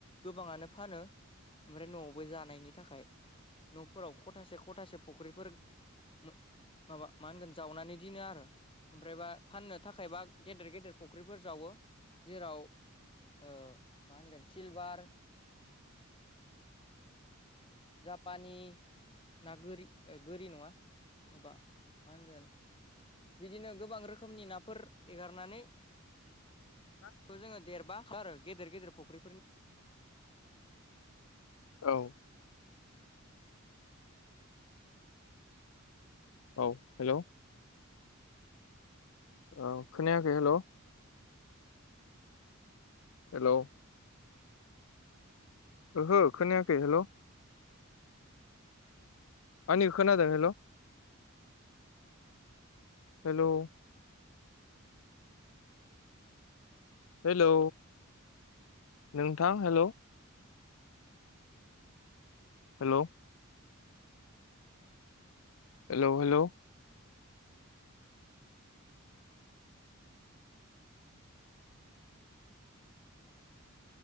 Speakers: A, on the left (about 25°); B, on the left (about 70°).
A: गोबाङानो फानो ओमफ्राय न'आव बय जानायनि थाखाय न'फोराव खथासे खथासे फुख्रिफोर मो माबा मा होनगोन जावनानै दिनो आरो। ओमफ्रायबा फाननो थाखायबा गेदेर गेदेर फुख्रिफोर जावो जेराव मा होनगोन सिलभार जापानि ना गोरि गोरि नङा मबा मा होनगोन बिदिनो गोबां रोखोमनि नाफोर एगारनानै
B: बा
A: खौ जोङो देरबा खा आरो गेदेर गेदेर फख्रिफोरनि
B: औ औ हेलौ औ खोनायाखै हेलौ हेलौ ओहो खोनायाखै हेलौ आंनिखो खोनादों? हेलौ हेलौ हेलौ नोंथां hello hello hello, hello